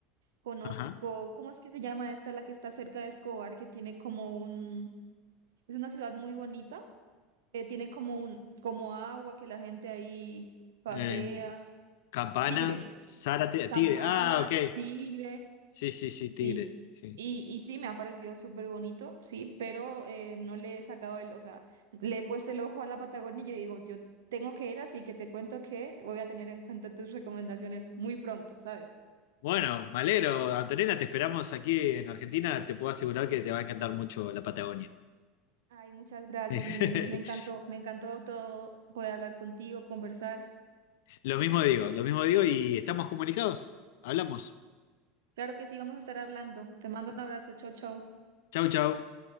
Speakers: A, on the right; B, on the left.
A: conozco,
B: ajá.
A: ¿cómo es que se llama esta, la que está cerca de Escobar, que tiene como un, es una ciudad muy bonita, Eh, tiene como un, como agua que la gente ahí pasea.
B: En Campana,
A: Tigre,
B: Zárate,
A: campana,
B: Tigre. Ah, ok.
A: tigre,
B: Sí, sí, sí,
A: sí.
B: Tigre. Sí.
A: Y, y sí, me ha parecido súper bonito, sí, pero eh, no le he sacado el, o sea, le he puesto el ojo a la Patagonia y yo digo, yo tengo que ir, así que te cuento que voy a tener en cuenta tus recomendaciones muy pronto, ¿sabes?
B: Bueno, me alegro, Antonella, te esperamos aquí en Argentina. Te puedo asegurar que te va a encantar mucho la Patagonia.
A: Ay, muchas gracias,
B: <laughs>
A: Miguel. Me encantó, me encantó todo poder hablar contigo, conversar.
B: Lo mismo digo, lo mismo digo y estamos comunicados. Hablamos.
A: Claro que sí, vamos a estar hablando. Te mando un abrazo, chao, chao.
B: Chau, chau.